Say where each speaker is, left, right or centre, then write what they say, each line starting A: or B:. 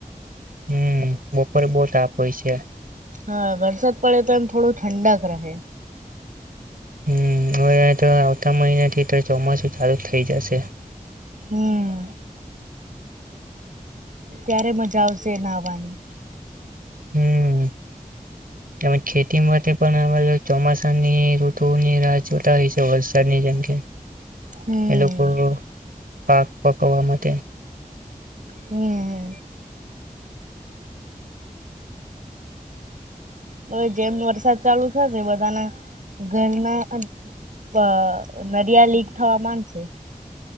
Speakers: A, on the right (about 80°); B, on the right (about 60°).
A: હમ્મ બપોરે બહુ તાપ હોય છે
B: હા વરસાદ પડે તો એમ થોડું ઠંડક રહે
A: હમ્મ હવે તો આવતા મહિના થી તો ચોમાસું ચાલુ થઈ જશે
B: હમ્મ ત્યારે મજા આવશે એ નહવાની
A: હમ્મ એમ ખેતી માટે પણ <unintelligible> ચોમાસાની ઋતુની રાહ જોતા હોય છે વરસાદની જેમ કે
B: હમ.
A: એ લોકો પાક પકવવા માટે
B: હમ્મ હવે જેમ વરસાદ ચાલુ થશે બધાના ઘરના અ બા નરિયાલી હવામાન છે.